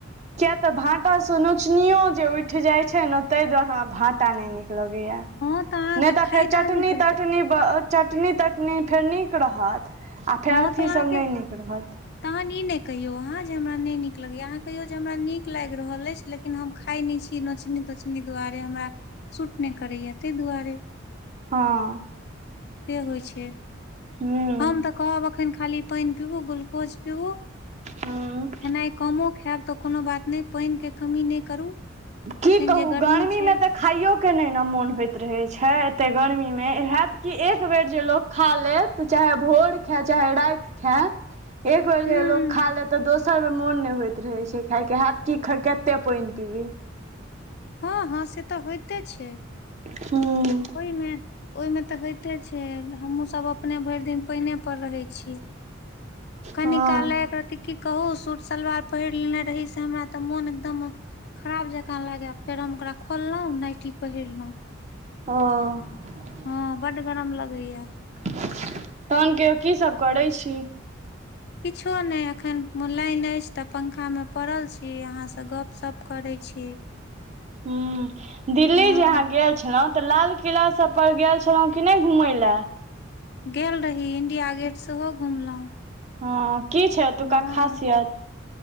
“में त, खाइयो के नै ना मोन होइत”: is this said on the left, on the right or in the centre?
Right